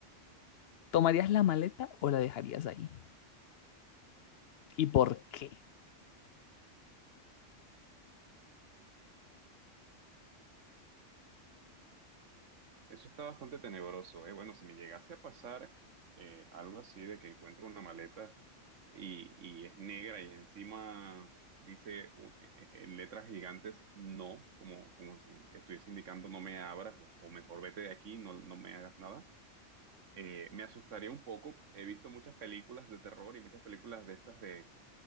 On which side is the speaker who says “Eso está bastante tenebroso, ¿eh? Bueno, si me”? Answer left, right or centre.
Right